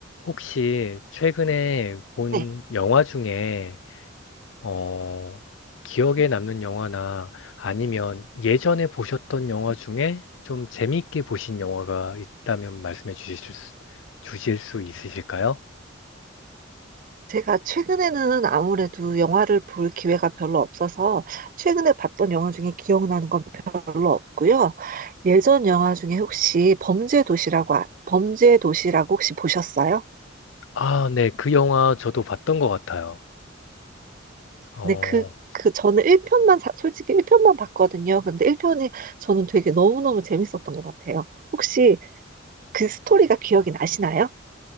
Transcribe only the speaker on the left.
혹시 최근에 본
영화 중에 어, 기억에 남는 영화나 아니면 예전에 보셨던 영화 중에 좀 재미있게 보신 영화가 있다면 말씀해 주실 수, 주실 수 있으실까요?
아, 네. 그 영화 저도 봤던 것 같아요. 어,